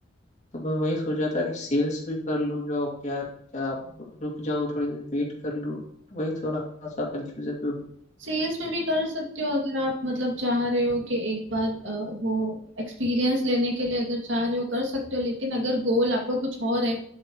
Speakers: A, on the left (about 40°); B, on the right (about 80°).
A: तो मैं वही सोच रहा था कि सेल्स में कर लूँ जॉब क्या क्या रुक जाऊँ थोड़ी देर वेट कर लूँ वही थोड़ा सा कंफ्यूजन में हूँ
B: सेल्स में भी कर सकते हो अगर आप मतलब चाह रहे हो कि एक बार अ, वो एक्सपीरियंस लेने के लिए अगर चाह रहे हो कर सकते हो लेकिन अगर गोल आपका कुछ और है